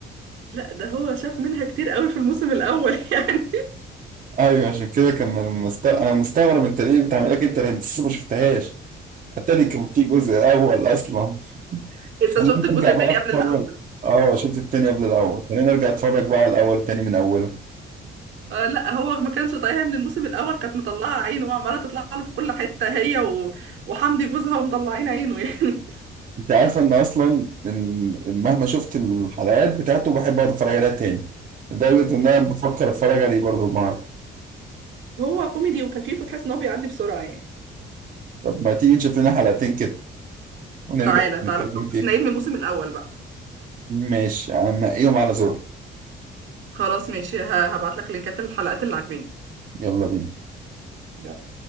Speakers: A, on the right; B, on the right.
A: لا ده هو شاف منها كتير قوي في الموسم الاول <laughs> يعني
B: ايوه عشان كده كان من- مست... انا مستغرب انت ليه بتعمل لك انت لسه ما شفتهاش التاني كان في جزء اول اصلا
A: انت
B: خلينا
A: شفت الجزء
B: نرجع
A: التاني
B: بقى اتفرج
A: قبل الاول
B: اه شفت التاني قبل الاول خلينا نرجع اتفرج بقى على الاول تاني من اوله
A: آه لا هو ما كانش طايقها من الموسم الاول كانت مطلعه عينه وعماله تطلع له في كل حته هي و... وحمدي جوزها ومطلعين عينه يعني
B: انت عارفه ان اصلا ان مهما شفت الحلقات بتاعته بحب اقعد اتفرج عليها تاني لدرجه ان انا بفكر اتفرج عليه برضه النهارده
A: <laughs> هو كوميدي وخفيف وتحس ان هو بيعدي بسرعه يعني
B: طب ما تيجي نشوف لنا حلقتين كده ونرجع
A: تعالى تعالى
B: نتكلم فيها
A: بس نعيد من الموسم الاول بقى
B: ماشي انا هنقيهم على ذوقي
A: خلاص ماشي ه- هبعت لك لينكات الحلقات اللي عاجباني
B: يلا بينا
A: يلا